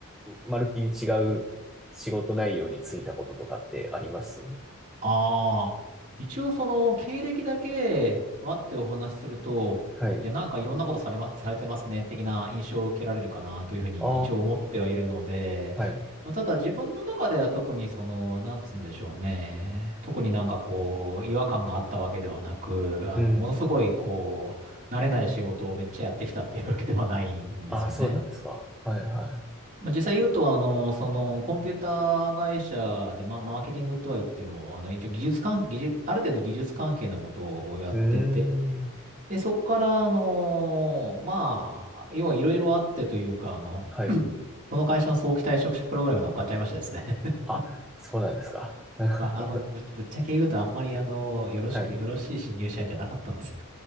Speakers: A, in the centre; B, on the right.
A: まるっきり違う仕事内容に就いたこととかってあります
B: ああ、一応その経歴だけ待ってお話しすると、
A: はい。
B: いや、なんかいろんなことされま、されてますね、的な印象を受けられるかなというふうに一応思ってはいるので、
A: ああ、はい。
B: まあ、ただ自分の中では特にその、なんつうんでしょうね、特になんかこう、違和感があったわけではなく、あの、
A: うん。
B: ものすごいこう、慣れない仕事をめっちゃやってきたっていうわけではないんですよね。
A: ああ、そうなんですか。はい、は
B: まあ、実際言うと、あの、その、コンピューター会社で、まあ、マーケティングとは言っても、あの、一応技術関、技術、ある程度技術関係のことをやってて、
A: い。うーん。
B: で、そこから、あの、まあ、要はいろいろあってというか、あの、
A: はい。
B: <clears throat> その会社の早期退職者プログラムに乗っかっちゃいましてですね。<laughs>
A: あ、そうなんですか。<laughs>
B: まあ、あの、ぶっ、ぶっちゃけ言うと、あんまり、あの、よろしく、
A: はい。
B: よろしい新入社員じゃなかったんですよ。